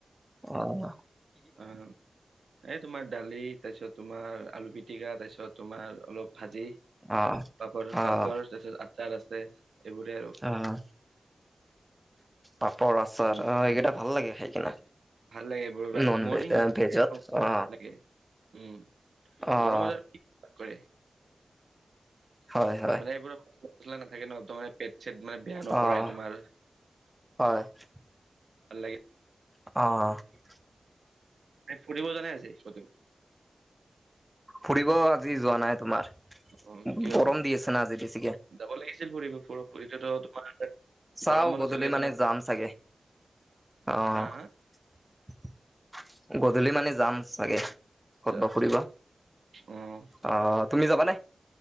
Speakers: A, in the centre; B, on the right (about 80°).
A: অঁ।
B: আঁ। এই তোমাৰ দালি, তাৰপিছত তোমাৰ আলু পিটিকা, তাৰপিত তোমাৰ অলপ ভাজি
A: অ',
B: পাপৰ,
A: অ',
B: পাপৰ তাৰপিছত আচাৰ আছে এইবোৰে আৰু।
A: আঁ, পাপৰ, আচাৰ
B: উম
A: অ এইকেইটা ভাল লাগে খাই কিনে।
B: ভাল লাগে এইবোৰ ভাত
A: নন
B: মৰ্ণিং
A: ভে ভেজত
B: <inaudible> ভাল
A: অ',
B: লাগে উম।
A: অ',
B: গৰম <inaudible> বজাৰ কৰে।
A: হয়-হয়। <unintelligible>
B: মানে এইবোৰত মচলা নাথাকে ন ত মানে পেট-চেট মানে <inaudible>
A: অঁ!
B: তোমাৰ
A: হয়। <inaudible>
B: ভাল লাগে। <inaudible>
A: অঁ! <unintelligible>
B: এনেই ফুৰিব যোৱা নাই আজি কতো? <inaudible>
A: ফুৰিব আজি যোৱা নাই তোমাৰ। <inaudible>
B: অ! কিয়?
A: গৰম দি আছে না আজি বেছিকে।
B: যাব লাগিছিল ফুৰিব <inaudible> ফুৰি এইটোতো তোমাৰ <inaudible>
A: চাওঁ
B: বন্ধ
A: গধূলি
B: চলি আছে
A: মানে
B: ন
A: যাম চাগে। অঁ!
B: হা হা
A: <inaudible> গধূলি মানে যাম চাগে। <inaudible>
B: আচ্ছা-আচ্ছা।
A: ফুৰিব
B: অঁ! <unintelligible>
A: অ! তুমি যাবা নে? <inaudible>